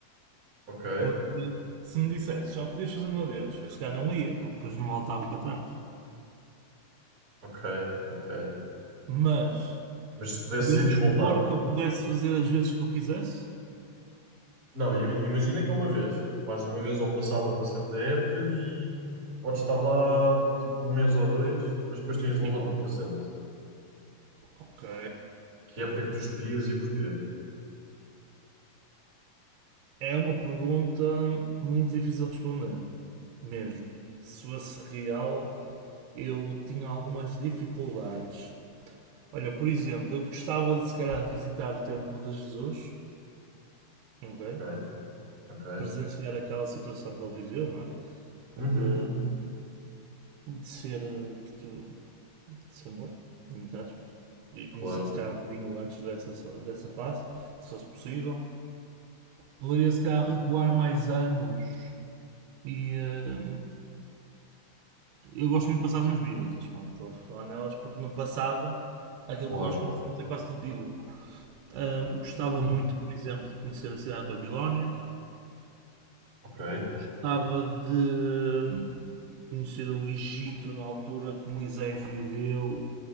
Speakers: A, on the right; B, on the right.
A: Ok,
B: Porque se me dissesse só podias fazer uma vez, eu se calhar não ia, porque depois não voltava para trás.
A: ok, ok.
B: Mas
A: Mas se pudesses
B: podemos
A: ir e voltar,
B: supor que eu pudesse fazer as vezes que eu quisesse?
A: Não, i- imagina que é uma vez. Vais uma vez ao passado a uma certa época e, e podes estar lá tipo um mês ou dois, mas depois tens de voltar
B: E bom.
A: para o presente.
B: Ok.
A: Que época é que tu escolhias e porquê?
B: É uma pergunta muito difícil de responder, mesmo. Se fosse real, eu tinha algumas dificuldades. Olha, por exemplo, eu gostava de se calhar visitar o tempo de Jesus, ok?
A: Ok, ok.
B: Presenciar aquela situação que ele viveu, não é?
A: Uhum.
B: De, de ser, eh, de, de ser morto, entre aspas. E conhecer
A: Claro,
B: se calhar um bocadinho antes dessa, dessa fase, se fosse possível. Poderia se calhar recuar mais anos. E eh, eu gosto muito de passagens bíblicas, pronto, estou a falar nelas porque no passado aquilo
A: claro.
B: que nós conhecemos é quase tudo bíblico. Ah, gostava
A: Uhum.
B: muito, por exemplo, de conhecer a cidade de Babilónia
A: Ok.
B: gostava de conhecer o Egito na altura que Moisés viveu